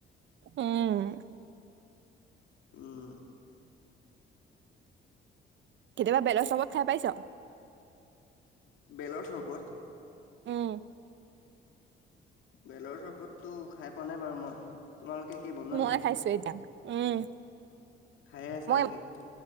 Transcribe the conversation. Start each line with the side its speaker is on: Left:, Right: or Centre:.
Right: উম
Left: উম
Right: কেতিয়াবা বেলৰ চৰবত খাই পাইছ?
Left: বেলৰ চৰবত?
Right: উম
Left: বেলৰ চৰবতটো খাই পোৱা নাই বাৰু মই। তোমালোকে কি বনোৱা
Right: মই
Left: নেকি
Right: খাইছো এতিয়া উম
Left: খাইয়ে আছা
Right: মই
Left: নেকি?